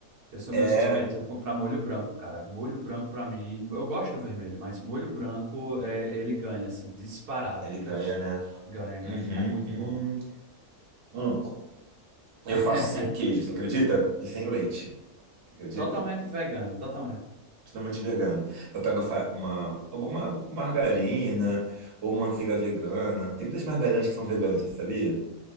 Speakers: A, on the right (about 75°); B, on the right (about 50°).
A: Eu sou
B: É,
A: meu suspeito comprar molho branco, cara. Molho branco pra mim, eu gosto do vermelho, mas molho branco é, ele ganha assim, disparado.
B: ele ganha, né?
A: Ganha, ganha.
B: Uhum,
A: É muito bom.
B: hum, hum. Eu
A: <laughs>
B: faço sem queijo, você acredita? E sem leite, você acredita?
A: Totalmente vegano, totalmente.
B: Totalmente vegano. Eu pego fa- uma, alguma margarina ou manteiga vegana. Tem muitas margarinas que são veganas, você sabia?